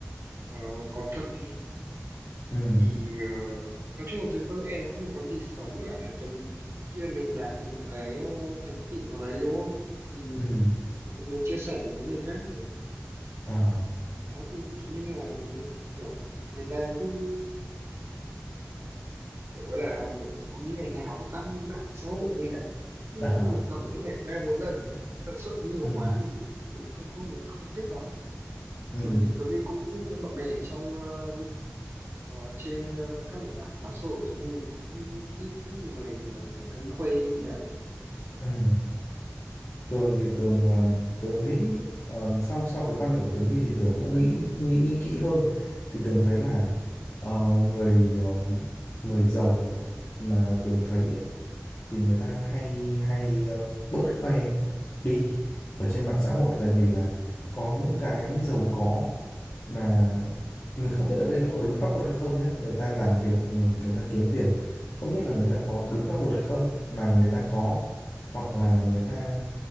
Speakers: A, on the right; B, on the left.
A: ờ, có thật đi
B: Ừ.
A: thì ờ, nói chung là việc khoe mẽ nó không có gì xấu cả tại vì khi mà mình đạt được một cái ờ, thành tựu nào đấy đúng không thì
B: Ừ.
A: mình cũng muốn chia sẻ nó với người khác
B: À.
A: đó thì nhưng mà kiểu người ta cứ kiểu gọi là hầu như ngày nào cũng đăng lên mạng xã hội hay là cái
B: À,
A: một tuần cũng phải ba bốn lần ấy hả? cái tần suất nó nhiều
B: ừ,
A: quá thì mình không không không thích lắm
B: ừ,
A: thường thì Tuấn đi cũng bận bè trong ờ, ờ, trên ờ, các nền tảng mạng xã hội Tuấn đi cũng ít ít người mà kiểu hay khoe thế á
B: ừ. Tường thì Tường ờm, Tường nghĩ ờ, sau sau cái quan điểm của Tuấn Huy thì Tường cũng nghĩ nghĩ nghĩ kỹ hơn thì Tường thấy là ờ, người ờ, người giàu mà Tường thấy ấy, thì người ta hay hay ờ, bớt khoe đi ở trên mạng xã hội tại vì là có những cái giàu có mà mình không biết ở đây là có đúng pháp luật hay không nhá người ta làm việc ừ, người ta kiếm tiền không biết là người ta có đúng pháp luật hay không mà người ta có hoặc là người ta